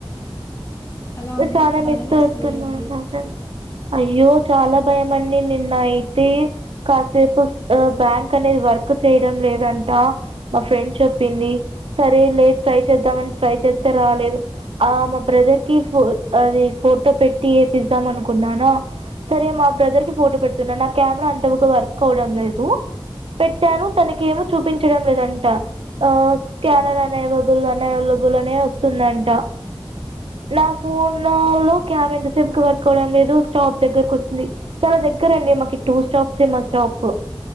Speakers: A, on the left (about 30°); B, on the right (about 80°).
A: అలా ఉన్నప్పుడు
B: చాలా మిస్
A: భయమేస్తదిలేండి
B: అవుతున్నా మా ఫ్రెండ్ అయ్యో చాలా భయమండి నిన్న అయితే కాసేపు బ్యాంక్ అనేది వర్క్ చేయడం లేదంటా మా ఫ్రెండ్ చెప్పింది సరే లే ట్రై చేద్దాంమని ట్రై చేస్తే రాలేదు ఆ మా బ్రదర్ ఫ అది ఫోటో పెట్టి ఏపిద్దాం అనుకున్నానా సరే మా బ్రదర్ కి ఫోటో పెట్ తున్న నా కెమెరా అంత వగ్ వర్క్ అవ్వటడం లేదు పెట్టాను తనక్ కేమో చూపించడం లేదంట అ స్కానర్ అన్ అవైలబుల్ అన్ అవైలబ్ లనే వస్తుందంట నా ఫోన్ లో ఆమె ఎంతసేపుకి వర్క్ అవడం లేదు స్టాప్ దగ్గరకు వస్తుంది చాలా దగ్గర అండి మా టూ స్టాప్స్ ఏ మా స్టాప్